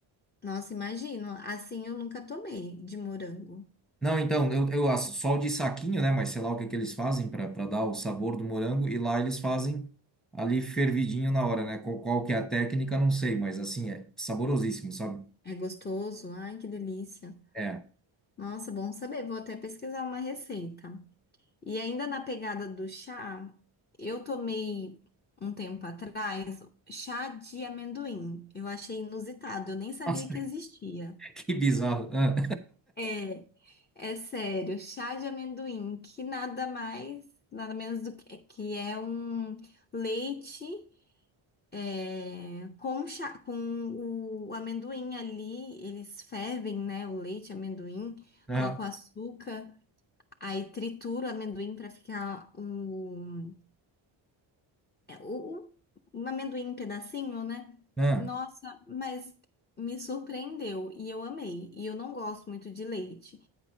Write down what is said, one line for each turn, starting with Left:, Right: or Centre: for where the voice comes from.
Left: nossa, imagino. Assim eu nunca tomei de morango.
Centre: Não, então, eu, eu acho só o de saquinho, né? Mas sei lá o que que eles fazem para dar o sabor do morango. E lá eles fazem ali fervidinho na hora, né? Qual, qual que é a técnica, não sei, mas assim, é saborosíssimo, sabe?
Left: É gostoso. Ai, que delícia.
Centre: É.
Left: Nossa, bom saber. Vou até pesquisar uma receita. E ainda na pegada do chá, eu tomei um tempo atrás chá de amendoim. Eu achei inusitado, eu nem sabia
Centre: Nossa, <laughs>
Left: que existia.
Centre: que bizarro. Ah,
Left: É, é sério, chá de amendoim, que nada mais, nada menos do que, que é um leite é, com chá, com o amendoim ali, eles fervem, né, o leite, amendoim,
Centre: ah,
Left: colocam açúcar. Aí trituro o amendoim para ficar um, é, o, o- um amendoim em pedacinho, né?
Centre: ah.
Left: Nossa, mas me surpreendeu e eu amei. E eu não gosto muito de leite.